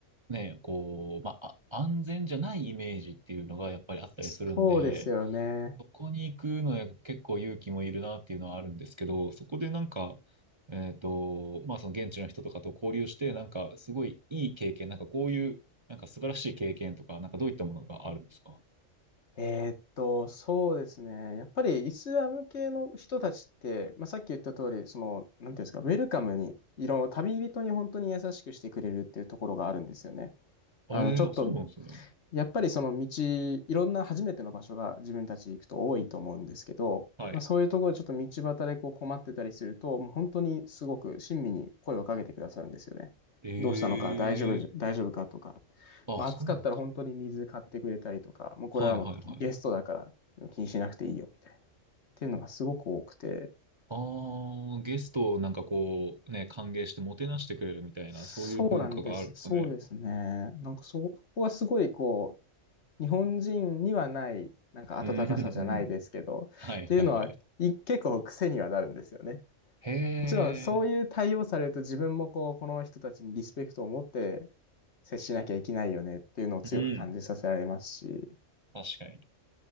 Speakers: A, on the right (about 30°); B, on the left (about 60°).
A: ね、こう、まあ、あ安全じゃないイメージっていうのがやっぱりあったりするんで、
B: そうですよね。
A: そこに行くのは結構勇気もいるなっていうのはあるんですけど、そこでなんか、えっと、まあその現地の人とかと交流して、なんかすごいいい経験、なんかこういう、なんか素晴らしい経験とか、なんかどういったものがあるんですか
B: えーっと、そうですね。やっぱりイスラム系の人たちって、まあ、さっき言った通り、その、なんていうんですか、ウェルカムに、いろ、旅人に本当に優しくしてくれるっていうところがあるんですよね。
A: あえーあ、
B: あの、ちょっと、
A: そうなんですね。
B: やっぱりその道、いろんな初めての場所が自分たち行くと多いと思うんですけど、
A: はい。
B: まあ、そういうところでちょっと道端でこう困ってたりすると、もう本当にすごく親身に声をかけてくださるんですよね。
A: ええ
B: どうしたのか、大丈夫じゃ、大丈夫かとか、
A: あ、
B: まあ、
A: そうなんだ。
B: 暑かったら本当に水買ってくれたりとか、もうこれはもうゲストだから気にしなくていいよみたいな。
A: はいはいはい。
B: っていうのがすごく多くて、
A: ああ、ゲストをなんかこう、ね、歓迎してもてなしてくれるみたいな、
B: そうなんです。
A: そういう文化があるんですかね。
B: そうですね。なんかそここはすごいこう、日本人にはない、なんか温かさじゃないですけど、
A: うん、うん、うん。はい、
B: っていうのは、
A: はい、はい。
B: い結構癖にはなるんですよね。
A: へ
B: もちろんそういう対応されると自分もこう、
A: え。
B: この人たちにリスペクトを持って接しなきゃいけないよねっていうのを強く感じさせられますし、
A: うん。確かに。